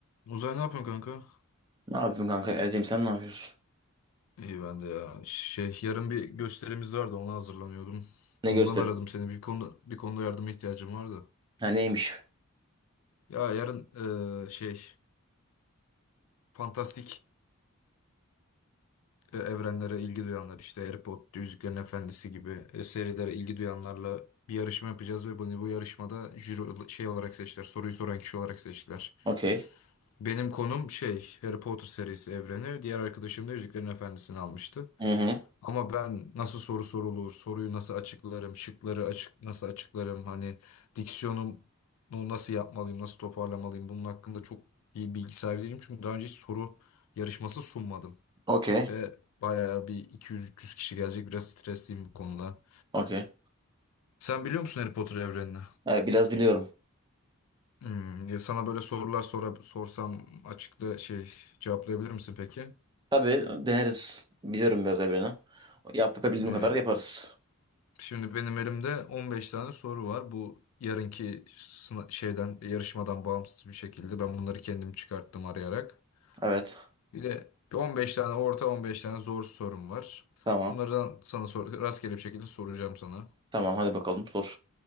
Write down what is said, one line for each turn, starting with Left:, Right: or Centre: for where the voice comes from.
Left: Uzay ne yapıyorsun kanka?
Right: Ne yapayım kanka evdeyim sen ne yapıyorsun?
Left: İyi ben de ya. Şey yarın bir gösterimiz vardı ona hazırlanıyordum.
Right: Ne
Left: Ondan
Right: gösteririz?
Left: aradım seni. Bir konuda bir konuda yardıma ihtiyacım vardı.
Right: Ha neymiş?
Left: Ya yarın eee, şey fantastik e, evrenlere ilgi duyanlar işte Harry Potter, Yüzüklerin Efendisi gibi e, serilere ilgi duyanlarla bir yarışma yapacağız ve bunu bu yarışmada jüri ol- şey olarak seçtiler. Soruyu soran kişi olarak seçtiler.
Right: Okey.
Left: Benim konum şey Harry Potter serisi evreni. Diğer arkadaşım da Yüzüklerin Efendisi'ni almıştı.
Right: Hı hı.
Left: Ama ben nasıl soru sorulur, soruyu nasıl açıklarım, şıkları açık nasıl açıklarım, hani diksiyonumu nasıl yapmalıyım, nasıl toparlamalıyım bunun hakkında çok iyi bilgi sahibi değilim. Çünkü daha önce hiç soru yarışması sunmadım.
Right: Okey.
Left: Ve bayağı bir 200-300 kişi gelecek biraz stresliyim bu konuda.
Right: Okey.
Left: Sen biliyor musun Harry Potter evrenini?
Right: Ha, biraz biliyorum.
Left: Hmm, ya sana böyle sorular sora, sorsam açıkta şey cevaplayabilir misin peki?
Right: Tabii deneriz. Biliyorum biraz da birini. Yap, yapabildiğim
Left: Ee,
Right: kadar yaparız.
Left: Şimdi benim elimde 15 tane soru var. Bu yarınki sına- şeyden yarışmadan bağımsız bir şekilde ben bunları kendim çıkarttım arayarak.
Right: Evet.
Left: Bir de 15 tane orta 15 tane zor sorum var.
Right: Tamam.
Left: Bunlardan sana sor, rastgele bir şekilde soracağım sana.
Right: Tamam hadi bakalım sor.